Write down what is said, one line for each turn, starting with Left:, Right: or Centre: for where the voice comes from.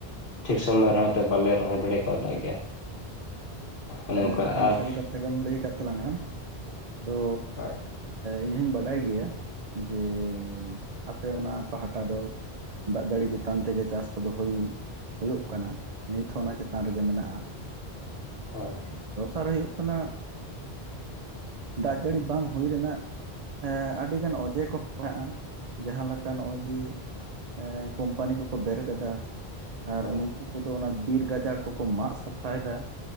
Left: ᱴᱷᱤᱠ ᱥᱚᱢᱚᱭ ᱨᱮ ᱦᱚᱭ ᱛᱚ ᱵᱟᱞᱮ ᱨᱚᱦᱚᱭ ᱫᱟᱲᱮ ᱠᱟᱣᱫᱟ ᱜᱮᱭᱟ᱾ ᱚᱱᱮ
Right: ᱦᱮᱸ
Left: ᱚᱱᱠᱟ
Right: ᱮᱠᱟᱞ
Left: ᱟᱨ
Right: ᱥᱟᱹᱨᱤ ᱠᱟᱛᱷᱟ ᱜᱮᱢ ᱞᱟᱹᱭ ᱠᱟᱫ ᱛᱟᱞᱟᱝᱟ᱾ ᱟᱫᱚ
Left: ᱦᱳᱭ
Right: ᱤᱧ ᱦᱚᱸᱧ ᱵᱟᱰᱟᱭ ᱜᱮᱭᱟ, ᱡᱮ ᱟᱯᱮ ᱚᱱᱟ ᱯᱟᱦᱴᱟ ᱫᱚ ᱫᱟᱜ ᱡᱟᱹᱲᱤ ᱪᱮᱛᱟᱱ ᱛᱮᱜᱮ ᱪᱟᱥ ᱠᱚᱫᱚ ᱦᱩᱭ ᱦᱩᱭᱩᱜ ᱠᱟᱱᱟ, ᱱᱤᱛ ᱦᱚᱸ ᱚᱱᱟ ᱪᱮᱛᱟᱱ ᱨᱮᱜᱮ ᱢᱮᱱᱟᱜ-ᱟ᱾
Left: ᱦᱳᱭ
Right: ᱫᱚᱥᱟᱨ ᱦᱩᱭᱩᱜ ᱠᱟᱱᱟ ᱫᱟᱜ ᱡᱟᱹᱲᱤ ᱵᱟᱝ ᱦᱩᱭ ᱨᱮᱱᱟᱜ ᱮ ᱟᱹᱰᱤ ᱜᱟᱱ ᱚᱡᱮ ᱠᱚ ᱢᱮᱱᱟᱜ-ᱟ, ᱡᱟᱦᱟ ᱞᱮᱠᱟ ᱱᱚᱜ-ᱚᱭ ᱡᱮ ᱮ ᱠᱚᱢᱯᱟᱱᱤ ᱠᱚᱠᱚ ᱵᱮᱨᱮᱫ ᱮᱫᱟ᱾ ᱟᱨ
Left: ᱦᱳᱭ
Right: ᱱᱩᱝᱠᱩ ᱠᱚᱫᱚ ᱚᱱᱟ ᱵᱤᱨ ᱜᱟᱡᱟᱲ ᱠᱚᱠᱚ ᱢᱟᱜ ᱥᱟᱯᱷᱟᱭ ᱫᱟ᱾